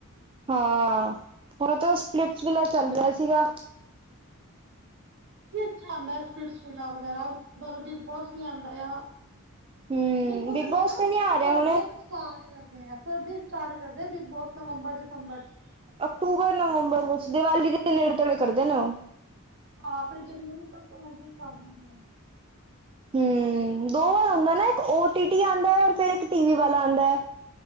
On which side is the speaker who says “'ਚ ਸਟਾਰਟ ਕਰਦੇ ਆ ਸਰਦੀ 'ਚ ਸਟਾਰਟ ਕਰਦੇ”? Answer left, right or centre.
Right